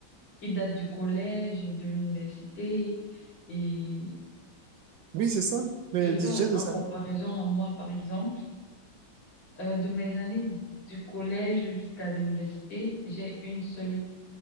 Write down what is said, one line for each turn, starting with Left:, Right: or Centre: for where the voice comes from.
Left: qui datent du collège, de l'université. Et
Right: c'est ça, le
Left: je fais
Right: budget de
Left: en
Right: Samuel.
Left: comparaison à moi, par exemple, euh, de mes années du collège jusqu'à l'université, j'ai une seule,